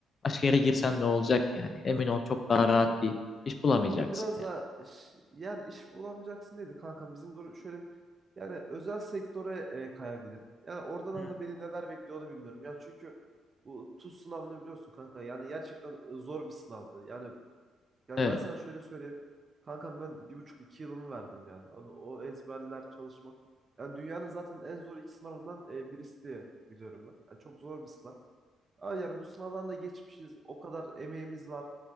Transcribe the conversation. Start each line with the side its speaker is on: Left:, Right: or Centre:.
Left: başka yere girsen ne olacak yani? Emin ol çok daha rahat
Right: Ya
Left: bir iş bulamayacaksın
Right: Ya biraz
Left: yani.
Right: da yani iş bulamayacaksın dedi kankam. Bizim doğru şöyle bir yani özel sektöre e, kayabilirim. Yani orada da
Left: Hmm.
Right: hani beni neler bekliyor onu bilmiyorum. Ya çünkü bu TUS sınavını biliyorsun kanka. Yani gerçekten e, zor bir sınavdı. Yani yani
Left: Evet.
Right: ben sana şöyle söyleyeyim. Kankam ben bir buçuk iki yılımı verdim yani. Onu, o ezberler çalışmak. Yani dünyanın zaten en zor iki sınavından e, birisi diye biliyorum ben. Yani çok zor bir sınav. Ama yani bu sınavdan da geçmişiz. O kadar emeğimiz var.